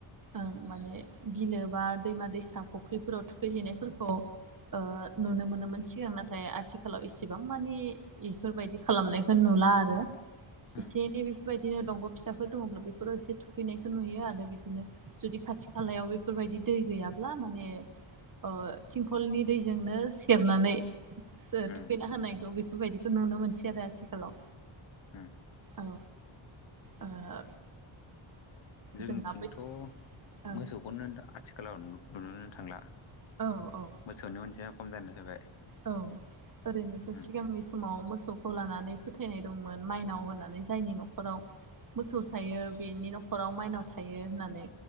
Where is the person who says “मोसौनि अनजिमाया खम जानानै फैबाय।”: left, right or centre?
Left